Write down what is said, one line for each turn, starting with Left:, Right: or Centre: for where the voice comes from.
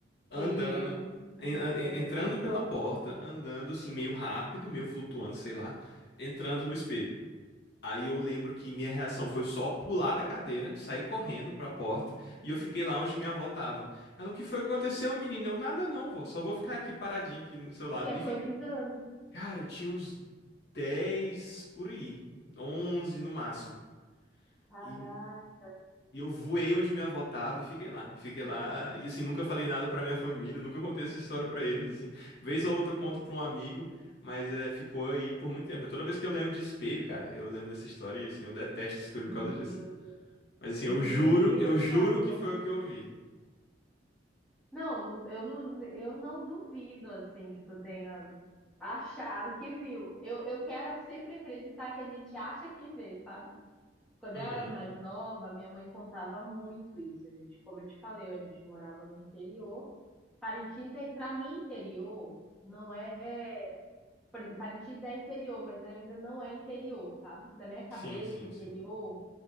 Left: andando,
Centre: Deus do
Left: en-
Centre: céu.
Left: en- entrando pela porta, andando assim, meio rápido, meio flutuando, sei lá, entrando no espelho. Aí eu lembro que minha reação foi só pular da cadeira, sair correndo pra porta e eu fiquei lá onde minha avó tava. Ela, o que foi que aconteceu, menina? Eu, nada não, vó, só vou ficar aqui paradinho aqui no seu lado.
Centre: Tinha
Left: E fiquei,
Centre: quantos anos?
Left: cara, eu tinha uns 10 por aí, 11 no máximo.
Centre: Caraca.
Left: E, e eu voei onde minha avó tava e fiquei lá. E Fiquei lá e assim, nunca falei nada pra minha família, nunca contei essa história pra eles, assim. Vez ou outra eu conto pra um amigo, mas é, ficou aí por muito tempo. E Toda vez que eu lembro de espelho, cara, eu lembro dessa história e assim, eu detesto espelho
Centre: Meu
Left: por causa disso.
Centre: Deus.
Left: Mas assim,
Centre: Meu
Left: eu juro,
Centre: Deus,
Left: eu juro
Centre: tá doido.
Left: que foi o que eu vi.
Centre: Não, não, eu não, eu não duvido, assim, que tu tenha achado que viu. Eu, eu quero sempre acreditar que a gente acha que vê, sabe? Quando
Left: Uhum.
Centre: eu era mais nova, minha mãe contava muito isso. A gente, como eu te falei, a gente morava no interior. Parintins é, para mim, interior não é, é- por exemplo, Parintins é interior, mas ainda não é interior, sabe? Na minha cabeça,
Left: Sim, sim,
Centre: interior
Left: sim.